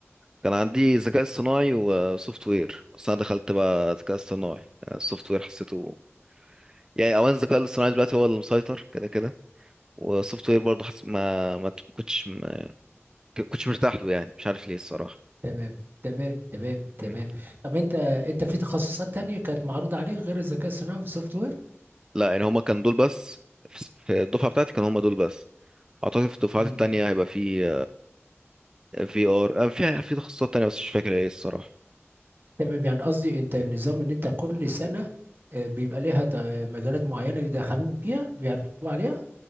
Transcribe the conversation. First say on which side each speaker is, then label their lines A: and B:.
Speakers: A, on the right; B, on the right.
A: كان عندي ذكاء اصطناعي وسوفت وير بس انا دخلت بقى ذكاء اصطناعي يعني السوفت وير حسيته يعني اولا الذكاء الاصطناعي دلوقتي هو اللي مسيطر كده كده والسوفت وير برضه حس... ما ما ت- كنتش ما كنتش مرتاح له يعني مش عارف ليه الصراحه
B: تمام تمام تمام تمام
A: مم.
B: طب انت انت في تخصصات تانية كانت معروضة عليك غير الذكاء الصناعي والسوفت وير
A: لا يعني هما كانوا دول بس في س- في الدفعه بتاعتي كانوا هما دول بس اعتقد في الدفعات
B: امم
A: التانية هيبقى في في ار في في تخصصات تانية بس مش فاكر ايه الصراحه
B: تمام يعني قصدي انت النظام ان انت كل سنة آه، بيبقى ليها ت- آه، مجالات معينة يدخلوك فيها بيعرضوا عليها